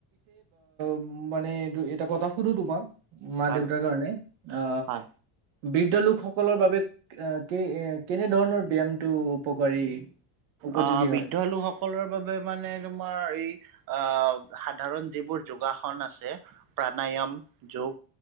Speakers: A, on the right (about 80°); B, on the right (about 45°).
A: উ মানে এটা কথা সুধো তোমাক মা
B: হয়
A: দেউতাৰ কাৰনে অ
B: হয়।
A: বৃদ্ধ লোকসকলৰ বাবে কি এ কেনে ধৰণৰ ব্যায়ামটো উপকাৰী উপযোগী
B: আহ বৃদ্ধ
A: হয়
B: লোকসকলৰ বাবে মানে তোমাৰ এই অ সাধাৰণ যিবোৰ যোগাসন আছে প্ৰাণায়াম যোগ